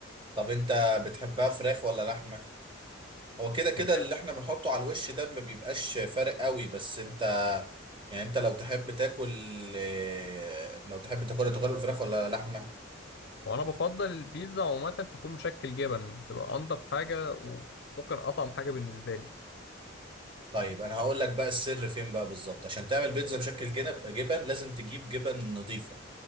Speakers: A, on the right (about 25°); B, on the left (about 55°).
A: طب انت بتحبها فراخ ولا لحمه هو كده كده
B: فراخ.
A: اللي احنا بنحطه على الوش ده ما بيبقاش فارق قوي بس انت يعني انت لو تحب تاكل إيه، لو تحب تاكل تاكل الفراخ ولا لحمه
B: وانا بفضل البيتزا عموما تكون مشكل جبن تبقى انضف حاجة وممكن اطعم حاجة بالنسبة لي
A: طيب انا هقول لك بقى السر فين بقى بالظبط عشان تعمل بيتزا بشكل جنب جبن لازم تجيب جبن نظيفه